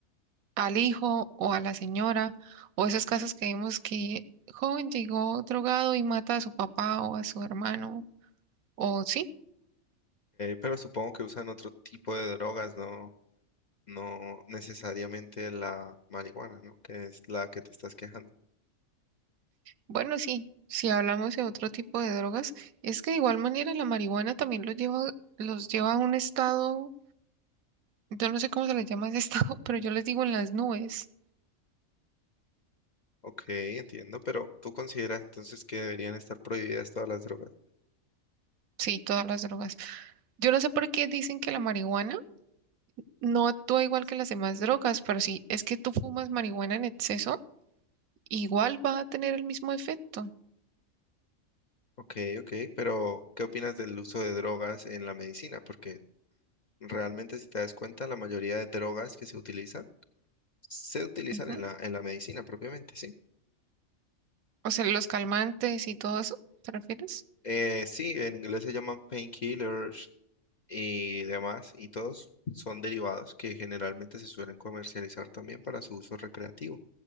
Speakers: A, on the right (about 80°); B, on the left (about 50°).
A: al hijo o a la señora o esos casos que vemos que joven llegó drogado y mata a su papá o a su hermano? O sí.
B: pero supongo que usan otro tipo de drogas, no, no necesariamente la marihuana, ¿no? Que es la que te estás quejando.
A: Bueno, sí, si hablamos de otro tipo de drogas, es que de igual manera la marihuana también los lleva, los lleva a un estado, yo no sé cómo se les llama ese <laughs> estado, pero yo les digo en las nubes,
B: Ok, entiendo, pero ¿tú consideras entonces que deberían estar prohibidas todas las drogas?
A: sí, todas las drogas. Yo no sé por qué dicen que la marihuana no actúa igual que las demás drogas, pero sí, es que tú fumas marihuana en exceso, igual va a tener el mismo efecto.
B: Ok, ok, pero ¿qué opinas del uso de drogas en la medicina? Porque realmente si te das cuenta, la mayoría de drogas que se utilizan se utilizan
A: Ujú.
B: en la, en la medicina propiamente, ¿sí?
A: O sea, los calmantes y todo eso, ¿te refieres?
B: Eh, sí, en inglés se llaman painkillers y demás, y todos son derivados que generalmente se suelen comercializar también para su uso recreativo,